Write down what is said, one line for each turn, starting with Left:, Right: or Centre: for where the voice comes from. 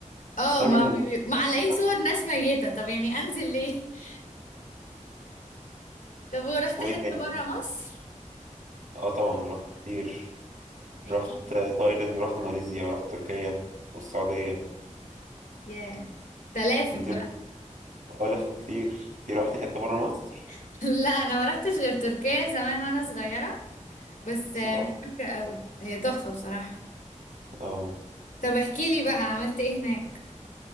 Left: اه
Right: بس انا
Left: ما
Right: من
Left: بي... معلقين
Right: نفسي فاهم؟
Left: صور ناس ميتة طب يعني انزل ليه <laughs> طب ورحت
Right: وايه
Left: حتة
Right: تاني
Left: برا مصر
Right: اه طبعا رحت كتير
Left: احكي
Right: رحت تايلاند ورحت ماليزيا ورحت تركيا والسعودية
Left: ياه تلافف
Right: انت
Left: بقى
Right: ولف كتير انت رحتي حتة برا مصر
Left: <laughs> لا انا ما رحتش غير تركيا زمان وانا صغيرة بس
Right: بس
Left: آه،
Right: تحفة
Left: مش فاكرة قوي هي تحفة بصراحة
Right: اه
Left: طب احكي لي بقى عملت ايه هناك